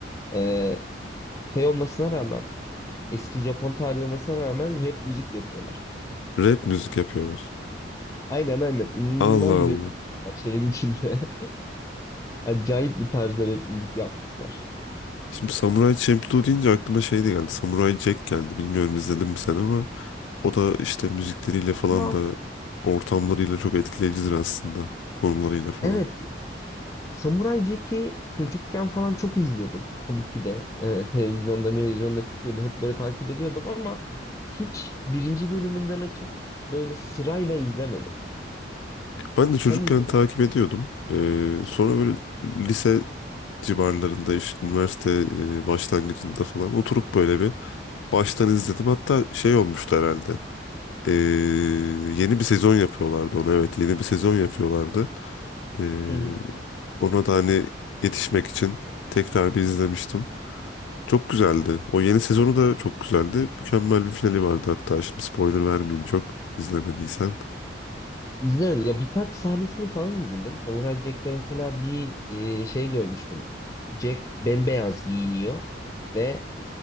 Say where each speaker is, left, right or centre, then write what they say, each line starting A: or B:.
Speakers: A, on the left; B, on the left.
A: Ee, şey olmasına rağmen, eski Japon tarihi olmasına rağmen rap müzik yapıyorlar.
B: Rap müzik yapıyorlar.
A: Aynen aynen. İnanılmaz
B: Allah
A: rap
B: Allah.
A: müzik var şeyin içinde. <laughs> Acayip bir tarzda rap müzik yaptılar.
B: Şimdi Samurai Champloo deyince aklıma şey de geldi. Samurai Jack geldi. Bilmiyorum izledin mi sen ama o da işte müzikleriyle falan
A: Ya
B: da ortamlarıyla çok etkileyicidir aslında. Konularıyla falan.
A: evet. Samuray Jack'i çocukken falan çok izliyordum. Tabii ki de e, televizyonda, televizyonda çıkıyordu. Hep böyle takip ediyordum ama hiç birinci bölümünden açıp böyle sırayla izlemedim.
B: Ben de çocukken
A: Sen izledin
B: takip
A: mi?
B: ediyordum. Ee, sonra böyle lise civarlarında işte üniversite e, başlangıcında falan oturup böyle bir baştan izledim. Hatta şey olmuştu herhalde. Ee, yeni bir sezon yapıyorlardı ona evet yeni bir sezon yapıyorlardı. Ee,
A: Hı hı.
B: ona da hani yetişmek için tekrar bir izlemiştim. Çok güzeldi. O yeni sezonu da çok güzeldi. Mükemmel bir finali vardı hatta. Şimdi spoiler vermeyeyim çok izlemediysen.
A: İzlemedim. Ya birkaç sahnesini falan izledim. Samuray Jack'te mesela bir e, şey görmüştüm. Jack bembeyaz giyiniyor ve